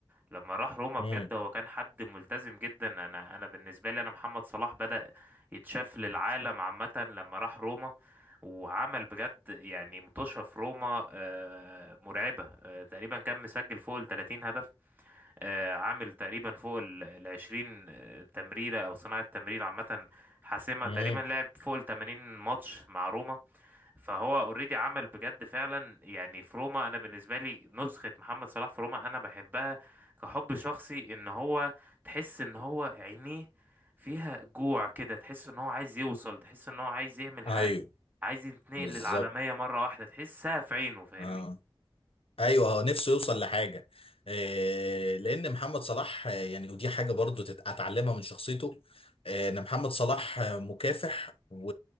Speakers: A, on the right (about 20°); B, on the left (about 80°).
A: لما راح روما
B: امم
A: بجد هو كان حد ملتزم جدا انا انا بالنسبه لي انا محمد صلاح بدأ يتشاف للعالم عامه لما راح روما وعمل بجد يعني متوشة في روما آه، مرعبة آه، تقريبا كان مسجل فوق ال 30 هدف آه، عامل تقريبا فوق ال 20 تمريرة أو صناعة تمرير عامة حاسمة
B: امم
A: تقريبا لعب فوق ال 80 ماتش مع روما فهو اوريدي عمل بجد فعلا يعني في روما انا بالنسبه لي نسخه محمد صلاح في روما انا بحبها كحب شخصي ان هو تحس ان هو عينيه فيها جوع كده تحس ان هو عايز يوصل تحس ان هو عايز يعمل حاجه
B: ايوه
A: عايز يتنقل
B: بالظبط
A: للعالميه مره واحده تحسها في عينه فاهمني
B: اه ايوه هو نفسه يوصل لحاجه آه لان محمد صلاح آه، يعني ودي حاجه برضو تت- اتعلمها من شخصيته آه ان محمد صلاح آه، مكافح و...